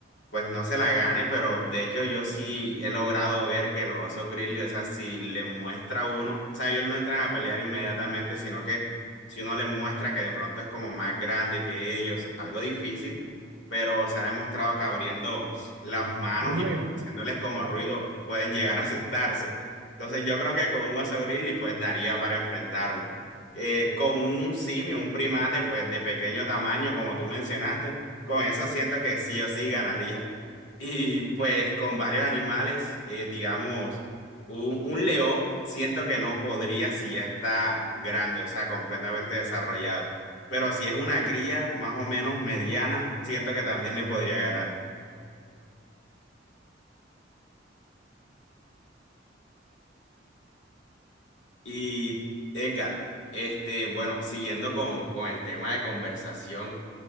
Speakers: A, on the left (about 80°); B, on the right (about 75°).
A: pues no se la gane, pero de hecho yo sí he logrado ver que los osos grizzly, o sea, si le muestra a uno, o sea, ellos no entran a pelear inmediatamente, sino que si uno les muestra que de pronto es como más grande que ellos, algo difícil, pero se ha demostrado que abriendo las manos
B: Uno
A: y
B: le
A: pues,
B: grita.
A: haciéndoles como
B: Exacto.
A: ruido pueden llegar a asustarse. Entonces yo creo que con un oso grizzly pues daría para enfrentarme. Eh, con un simio, un primate pues de pequeño tamaño, como tú mencionaste, con eso siento que sí o sí ganaría. Y pues con varios animales, eh, digamos un, un león siento que no podría si ya está grande, o sea, completamente desarrollado. Pero si es una cría más o menos mediana, siento que también le podría ganar. Y Edgar, este, bueno, siguiendo con, con el tema de conversación,